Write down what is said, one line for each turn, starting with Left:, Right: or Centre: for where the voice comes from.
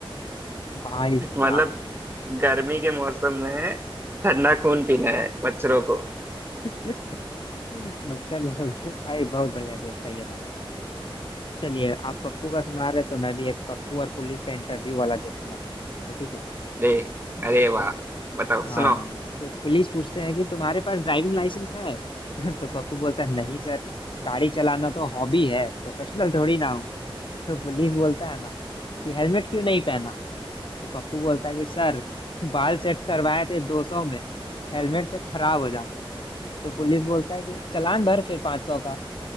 Left: भाई साहब
Right: मतलब गर्मी के मौसम में ठंडा खून पीना है बच्चों को
Left: <laughs> मच्छर लोग भाई बहुत बढ़िया जोक था ये वाला चलिए आप पप्पू का सुना रहे तो मैं भी एक पप्पू और पुलिस का इंटरव्यू वाला जोक सुनाता हूँ आपको, ठीक है
Right: अरे अरे वाह बताओ
Left: हाँ
Right: सुनो
Left: तो पुलिस पूछते हैं कि तुम्हारे पास ड्राइविंग लाइसेंस है <laughs> तो पप्पू बोलता है नहीं सर गाड़ी चलाना तो हॉबी है प्रोफेशनल थोड़ी ना हूँ तो पुलिस बोलता है ना कि हेलमेट क्यों नहीं पहना तो पप्पू बोलता है कि सर बाल सेट करवाए थे 200 में हेलमेट से खराब हो जाते तो पुलिस बोलता है कि चालान भर फिर 500 का